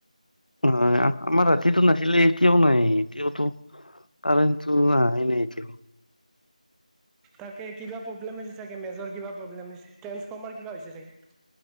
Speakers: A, on the left; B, in the centre.
A: হয়। আমাৰ ৰাতিটো নাছিলে এতিয়াও নাই। এতিয়াওতো, কাৰেন্টটো আহাই নাই এতিয়াও
B: তাকে, কিবা প্ৰব্লেম হৈছে চাগে। মেজৰ কিবা প্ৰব্লেম হৈছে ট্ৰেঞ্চফৰ্মাৰ কিবা হৈছে চাগৈ।